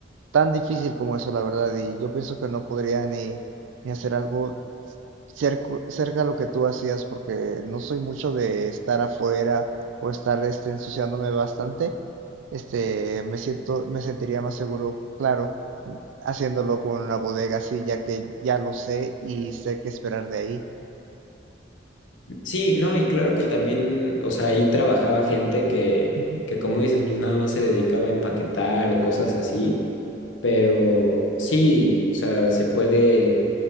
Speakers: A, on the right (about 85°); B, on the left (about 85°).
A: tan difícil como eso, la verdad, y yo pienso que no podría ni, ni hacer algo cerco- cerca a lo que tú hacías, porque no soy mucho de estar afuera o estar este, ensuciándome bastante. Este, me siento, me sentiría más seguro, claro haciéndolo con una bodega así, ya que ya lo sé y sé qué esperar de ahí.
B: Sí, no, y claro que también, o sea, ahí trabajaba gente que,
A: Ujú.
B: que como dices, pues nada más se dedicaba a empaquetar o cosas así, pero sí, o sea, se puede,